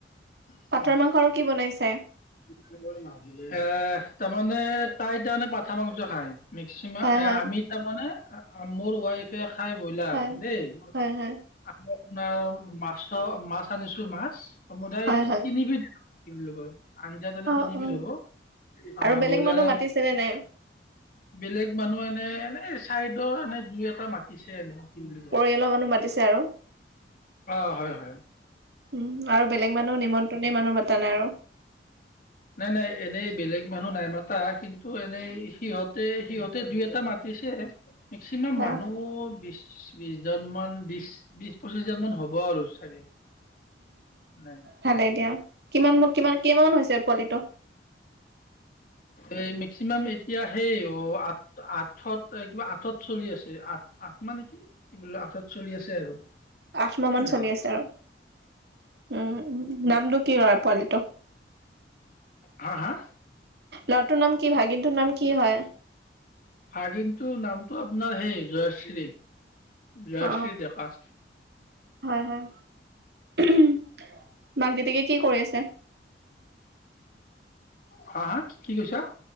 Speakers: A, on the left; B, on the right.
A: <unintelligible>
B: পাটৰ মাংস আৰু কি বনাইছে?
A: <unintelligible> আহ, এই তাৰমানে তাই তাৰমানে পাঠা মাংস খায়। মেক্সিমাম
B: হয়
A: এ
B: হয়
A: আমি তাৰমানে, মোৰ ৱাইফ এই খাই ব্ৰইলাৰ
B: হয়
A: দেই,
B: হয় হয়
A: আকৌ আপোনাৰ মাছৰ, মাছ আনিছো মাছ, সমুদায়
B: হয় হয়
A: তিনিবিধ কি বুলি কয় আন্জা, তাৰমানে
B: অ
A: তিনিবিধ
B: অ
A: হ'ব,
B: আৰু
A: আহ
B: বেলেগ
A: বৈলাৰ
B: মানুহ মাতিছে নে নাই
A: বেলেগ মানুহ মানে, এনেই চাইডৰ এনে দুই এটা মাতিছে এনে। কি বুলি কয়
B: পৰিয়ালৰ মানুহ মাতিছে আৰু।
A: অ হয় হয়
B: উম আৰু বেলেগ মানুহ নিমন্ত্ৰনি মানুহ মতা নাই আৰু?
A: নাই, নাই, এনেই বেলেগ মানুহ নাই মাতা, কিন্তু এনেই সিহঁতে, সিহঁতে দুই এটা মাত ছে, মেক্সিমাম
B: হয়
A: মানুহ
B: হয়
A: বিশ বিশজন মান বিশ, বিশ পঁচিশজন মান হ'ব আৰু চাগে। নাই।
B: ভালেই দিয়া, কিমান, কিমান কেইমান মান হৈছে পোৱালিটো।
A: এ মেক্সিমাম এতিয়া সেই অ', আঠ আঠত, কিবা আঠত চলি আছে, আঠ, আঠ মানে কি বোলো আঠত চলি আছে আৰু।
B: আঠ মাহ মান
A: নাই
B: চলি আছে আৰু, উম নামটো কি লৰা পোৱালিটো?
A: হা হা?
B: ল'ৰাটো নাম কি, ভাগিনটোৰ নাম কি হয়?
A: ভাগিনটো নামটো আপোনাৰ সেই জয়শ্ৰী, জয়শ্ৰী
B: অ
A: ডেকা।
B: হয়, হয়, <unintelligible> মাক দেউতাকে কি কৰি আছে?
A: হা, হা, কি কৈছা?